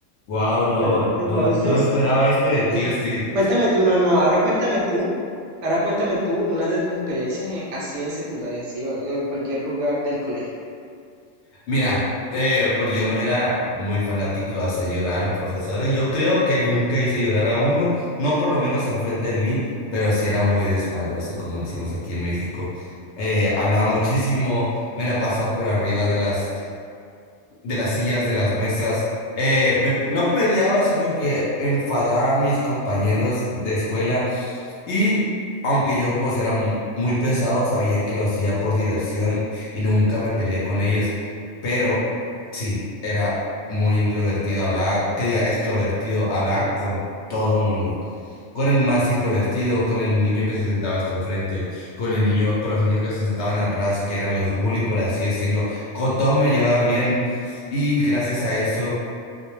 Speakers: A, on the left (about 70°); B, on the right (about 60°).
A: wow, no,
B: Bueno, entonces,
A: no, no me esperaba esto de ti,
B: y-
A: Steve.
B: cuéntame tú, no, no, ahora cuéntame tú. Ahora cuéntame tú una de tus experiencias en- así en secundaria, así o en cualquier lugar del colegio.
A: Mira, eh, pues yo no era muy fanático de hacer llorar a los profesores. Yo creo que nunca hice llorar a uno, no por lo menos enfrente de mí, pero sí era muy desmadroso, como decimos aquí en México. Eh, hablaba muchísimo, me la pasaba por arriba de las, de las sillas, de las mesas. Eh, me- no peleaba, sino que enfadaba a mis compañeros de escuela y aunque yo pues era mu- muy pesado, sabían que lo hacía por diversión y nunca me peleé con ellos. Pero sí, era muy introvertido, hablaba, que diga, extrovertido, hablaba con todo el mundo. Con el más introvertido, con el niño que se sentaba hasta enfrente, con el niño, con los niños que se sentaban atrás, que eran los bully, por así decirlo. Con todos me llevaba bien y gracias a eso